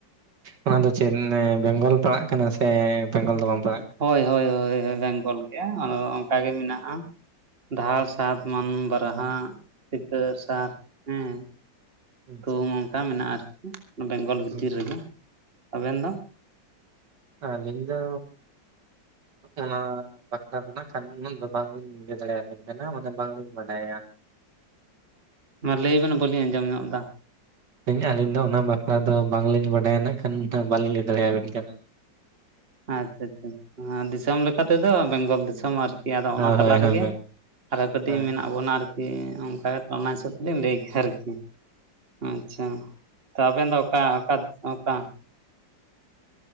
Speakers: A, on the right; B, on the right.
A: ᱚᱱᱟ ᱫᱚ ᱪᱮᱫ ᱮᱸᱻ ᱵᱮᱝᱜᱚᱞ ᱯᱟᱲᱟᱜ ᱠᱟᱱᱟ ᱥᱮ ᱵᱮᱝᱜᱚᱞ ᱫᱚ ᱵᱟᱝ ᱯᱟᱲᱟᱜ ᱠᱟᱱᱟ᱾
B: ᱦᱚᱭ ᱦᱚᱭ ᱦᱚᱭ ᱦᱚᱭ ᱵᱮᱝᱜᱚᱞ ᱜᱮ ᱚᱱᱟᱫᱚ ᱚᱱᱠᱟ ᱜᱮ ᱢᱮᱱᱟᱜᱼᱟ᱾ ᱰᱷᱟᱲ ᱥᱟᱛ ᱢᱟᱱ ᱵᱟᱨᱦᱟ ᱥᱤᱠᱟᱹᱨ ᱥᱟᱛ ᱦᱮᱸ᱾
A: ᱟᱪᱪᱷᱟ
B: ᱛᱩᱢ ᱚᱱᱠᱟ ᱢᱮᱱᱟᱜᱼᱟ ᱟᱨᱠᱤ ᱵᱮᱝᱜᱚᱞ
A: ᱦᱩᱸ
B: ᱵᱷᱤᱛᱨ ᱨᱮᱜᱮ ᱟᱵᱮᱱ ᱫᱚ᱾
A: ᱟᱞᱤᱧ ᱫᱚ ᱚᱱᱟ᱾ ᱵᱟᱠᱷᱨᱟ ᱫᱚ ᱱᱟᱜ ᱠᱷᱟᱱ ᱩᱱᱟᱹᱜ ᱫᱚ ᱵᱟᱝᱞᱤᱧ ᱞᱟᱹᱭ ᱫᱟᱲᱮᱭᱟ ᱵᱤᱱ ᱠᱟᱱᱟ ᱚᱱᱟ ᱫᱚ ᱵᱟᱝᱞᱤᱧ ᱵᱟᱰᱟᱭᱟ᱾
B: ᱢᱟ ᱞᱟᱹᱭ ᱵᱮᱱ ᱵᱟᱹᱞᱤᱧ ᱟᱸᱡᱚᱢ ᱧᱚᱜ ᱫᱟ᱾
A: ᱤᱧ ᱟᱹᱞᱤᱧ ᱫᱚ ᱚᱱᱟ ᱵᱟᱠᱷᱨᱟ ᱫᱚ ᱵᱟᱝᱞᱤᱧ ᱵᱟᱰᱟᱭᱟ ᱱᱟᱜ ᱠᱷᱟᱱ ᱫᱚ ᱵᱟᱞᱤᱧ ᱞᱮᱴ ᱫᱟᱲᱮ ᱟᱵᱮᱱ ᱠᱟᱱᱟ᱾
B: ᱟᱪᱼᱪᱷᱟ ᱟᱪᱪᱷᱟ ᱦᱟᱸ ᱫᱤᱥᱚᱢ ᱞᱮᱠᱟ ᱛᱮᱫᱚ ᱵᱮᱝᱜᱚᱞ ᱫᱤᱥᱚᱢ ᱟᱨ ᱠᱤ ᱟᱫᱚ
A: ᱦᱳᱭ
B: ᱚᱱᱟ ᱛᱟᱞᱟ
A: ᱦᱳᱭ
B: ᱨᱮᱜᱮ᱾
A: ᱦᱳᱭ ᱢᱮᱢ
B: ᱟᱨᱚ ᱠᱟᱹᱴᱤᱡ
A: ᱦᱳᱭ
B: ᱢᱮᱱᱟᱜ ᱵᱚᱱᱟ ᱟᱨ ᱠᱤ ᱚᱱᱠᱟ ᱠᱟᱛᱮ ᱚᱱᱟ ᱦᱤᱥᱟᱹᱵᱽ ᱛᱮᱞᱤᱧ ᱞᱟᱹᱭ ᱠᱮᱜ-ᱟ ᱟᱨᱠᱤ ᱟᱪᱪᱷᱟ᱾ ᱛᱚ ᱟᱵᱮᱱ ᱫᱚ ᱚᱠᱟ ᱚᱠᱟ ᱚᱠᱟ᱾